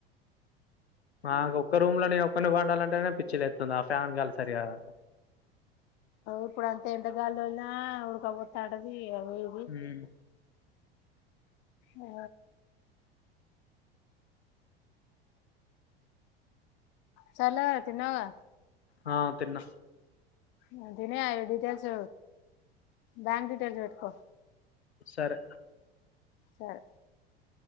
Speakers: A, on the left; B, on the left.
A: అ ఒక్క రూమ్ లోనే ఒక్కరిని వండాలంటేనే పిచ్చిలు లేతుంది ఆ ఫ్యాన్ గాలి సరిగా రాక
B: ఇప్పుడు అంత ఎంటగాలినా ఉడకబోతాంటది అవది
A: ఉమ్.
B: ఆ చల్లవ తిన్నవ్గ
A: అ తిన్న
B: మ్ తినేయ డీటెయిల్స్ బ్యాంక్ డీటెయిల్స్ పెట్టుకో
A: సారె
B: సార్